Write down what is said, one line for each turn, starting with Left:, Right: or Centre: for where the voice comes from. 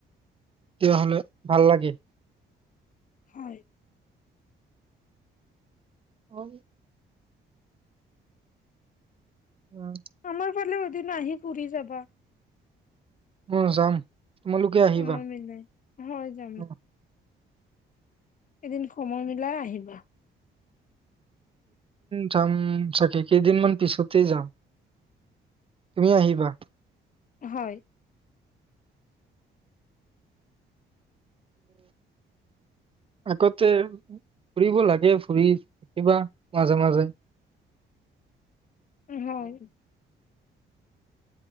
Right: তেতিয়াহ'লেও ভাল লাগে।
Left: হয়।
Right: <unintelligible> <unintelligible>
Left: আমাৰ এদিন আহি পুৰি যাবা।
Right: উম, যাম। তোমালোকে আহিবা
Left: সময় মিলাই, হয় যাম।
Right: অ,
Left: এদিন সময় মিলাই আহিবা।
Right: যাম চাগে, কেইদিনমান পিছতেই যাম। তুমিও আহিবা।
Left: হয়।
Right: আগতে, ফুৰিব লাগে ফুৰি থাকিবা মাজে-মাজে।
Left: হয়